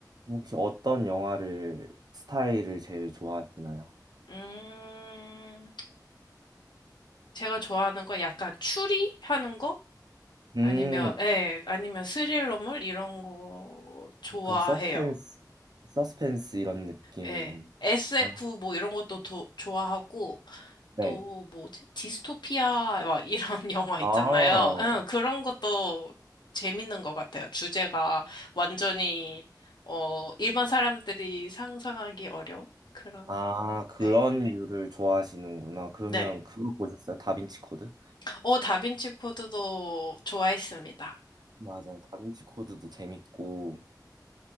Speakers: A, on the right (about 65°); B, on the left (about 80°).
A: 혹시 어떤 영화를 스타일을 제일 좋아하시나요?
B: 음, 제가 좋아하는 건 약간 추리하는 거?
A: 음
B: 아니면, 예, 아니면 스릴러물? 이런 거 좋아해요.
A: 약간 서스펜스 서스펜스 이런 느낌
B: 예. SF
A: 아,
B: 뭐 이런 것도 도- 좋아하고,
A: 네.
B: 또 뭐지? 디스토피아 막 이런 <laughs> 영화
A: 아,
B: 있잖아요. 응, 그런 것도 재밌는 것 같아요. 주제가 완전히, 어, 일반 사람들이 상상하기 어려운 그런,
A: 아, 그런
B: 네.
A: 류를 좋아하시는구나. 그러면
B: 네.
A: 그거 보셨어요? 다빈치 코드?
B: 어, 다빈치 코드도 좋아했습니다.
A: 맞아요. 다빈치 코드도 재밌고,